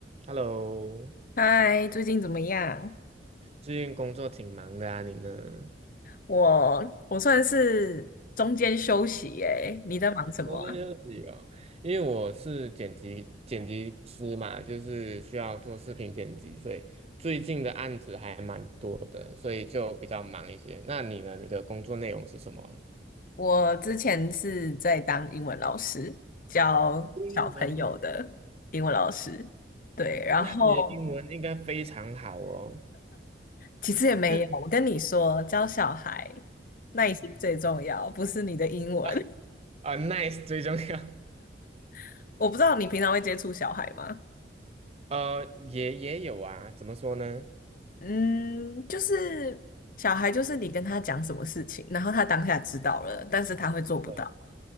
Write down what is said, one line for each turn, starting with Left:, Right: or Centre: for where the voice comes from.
Right: Hello，
Left: 嗨，最近怎么样？
Right: 最近工作挺忙的啊，你呢？
Left: 我我算是中间休息耶，你在忙什么啊？
Right: 中间休息哦，因为我是剪辑剪辑师嘛，就是需要做视频剪辑，所以最近的案子还蛮多的，所以就比较忙一些。那你呢？你的工作内容是什么？
Left: 我之前是在当英文老师，教小朋友的英文老师。
Right: 英文哦
Left: 对，然后
Right: 那你的英文应该非常好哦。
Left: 其实也没有，
Right: <laughs>
Left: 我跟你说，教小孩耐心最重要，不是你的英文。
Right: 啊啊，nice 最重要。
Left: <laughs> 我不知道你平常会接触小孩吗？
Right: 呃，也也有啊，怎么说呢？
Left: 嗯，就是小孩，就是你跟他讲什么事情，然后他当下知道了，但是他会做不到。
Right: 对